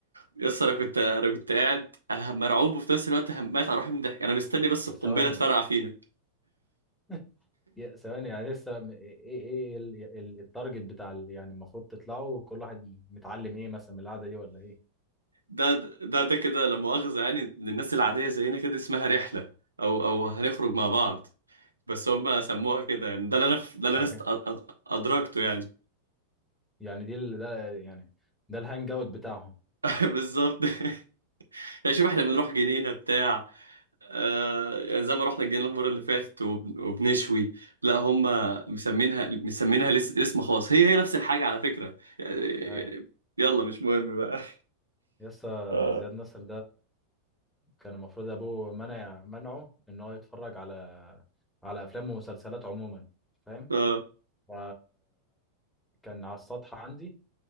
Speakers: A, on the right (about 80°); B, in the centre.
A: يس انا كنت انا كنت قاعد انا مرعوب وفي نفس الوقت همات على روحي من الضحك انا مستني بس
B: طب
A: القنبله
B: ثواني
A: تفرقع فينا <laughs>
B: <laughs> يا ثواني يعني لسه م- ايه ايه إيه ال- ال- التارجت بتاع ال- يعني المفروض تطلعوا كل واحد متعلم ايه مثلا من القعده دي ولا ايه
A: ده ده ده كده لا مؤاخذه يعني للناس العاديه زينا كده اسمها رحله او او هنخرج مع بعض بس هم سموها كده يعني ده اللي انا ف- ده اللي
B: تاجه
A: انا است... أ- أ- ادركته يعني
B: يعني دي ال- ده يعني ده الهانج اوت بتاعهم
A: <laughs> بالظبط <laughs> يعني شوف احنا بنروح جنينه بتاع آه يعني زي ما رحنا الجنينة المرة اللي فاتت وب- وبنشوي لا هم مسمينها مسمينها لس- اسم خاص هي هي نفس الحاجة على فكرة يعني-
B: ايوه
A: يلا مش مهم بقى
B: يسا
A: اه
B: زياد نصر كان المفروض ابوه منع منعه ان هو يتفرج على على افلام ومسلسلات عموما فاهم
A: <laughs> اه
B: ف كان على السطح عندي